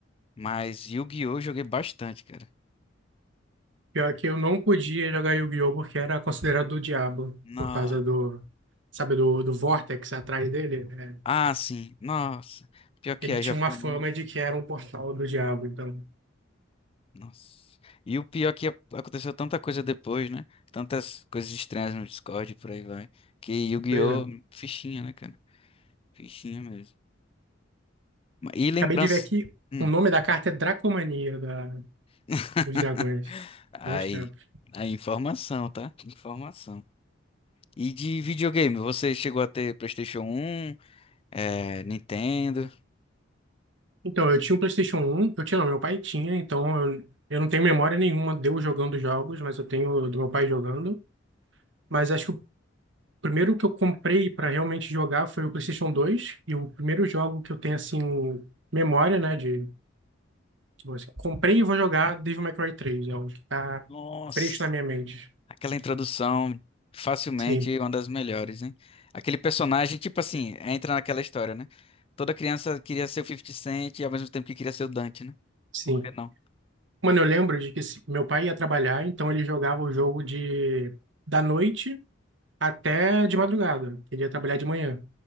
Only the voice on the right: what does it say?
Pior que eu não podia jogar Yu-Gi-Oh! porque era considerado do diabo,
por causa do, sabe, do, do Vortex atrás dele. É,
ele
tinha
uma fama de que era um portal do diabo, então.
Pois é.
Acabei de ver aqui,
o nome da carta é Dracomania, da,
dos dragões.
Bons tempos.
Então, eu tinha um PlayStation um eu tinha, não, meu pai tinha, então eu, eu não tenho memória nenhuma de eu jogando jogos, mas eu tenho do meu pai jogando. Mas acho que o primeiro que eu comprei para realmente jogar foi o PlayStation 2 e o primeiro jogo que eu tenho, assim, o- memória, né, de, tipo assim, comprei e vou jogar Devil May Cry 3 é o que tá
fresco na minha mente.
Sim,
sim.
Mano, eu lembro de que esse- meu pai ia trabalhar, então ele jogava o jogo de da noite até de madrugada. Ele ia trabalhar de manhã.